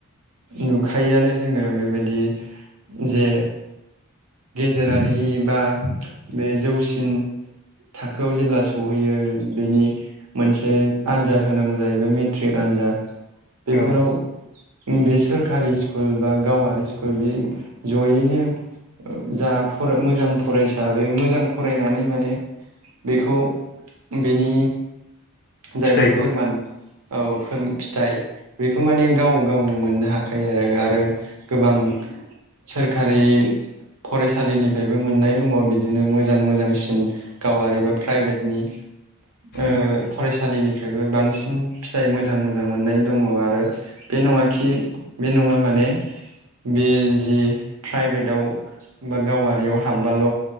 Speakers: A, on the right; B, on the left.
A: नुखायोआनो जोङो बेबायदि जे गेजेरारि एबा बे जौसिन थाखोआव जेब्ला सौहैयो बेनि मोनसे आनजाद होनांगौ जायो बे मेट्रिक आनजाद। बेफोराव
B: औ
A: बे सोरखारि स्कुल बा गावारि स्कुल बे जयैनो जा फरा मोजां फरायसा बे मोजां फरायनानै माने बेखौ बेनि जायबा
B: फिथाइखौ
A: फोरमान औ फोर फिथाइ बेखौ माने गाव गावनो मोननो हाखायो आरो आरो गोबां सोरखारि फरायसालिनिफायबो मोननाय दङ बिदिनो मोजां मोजांसिन गावारि
B: उम
A: बा प्राइभेटनि ओ
B: उम
A: फरायसालिनिफ्राय बो बांसिन फिथाइ मोजां मोजां मोननाय दङ आरो बे नङाखि बे नङा माने बे जि प्राइभेटाव बा गावारियाव हाबबाल'